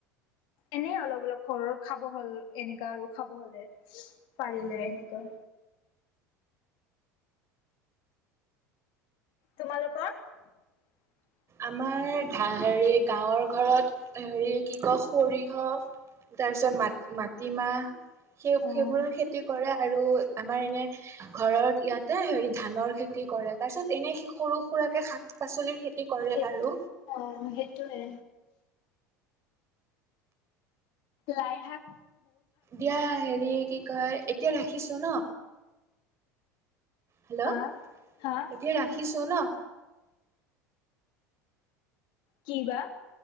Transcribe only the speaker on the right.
উম
আমাৰা হেৰি গাঁৱৰ ঘৰত হেৰি কি কয় সৰিয়হ, তাৰ পিছত মা মাটিমাহ সেই
সেইবোৰৰ খেতি কৰে। আৰু আমাৰ এনে ঘৰত ইয়াতে হেৰি ধানৰ খেতি কৰে তাৰ পিছত এনে সৰু সুৰাকে শাক। পাচলিৰ খেতি, কৰে
আৰু
দিয়া হেৰি কি কয় এতিয়া ৰাখিছো ন। হেল্ল'
এতিয়া
ৰাখিছো ন।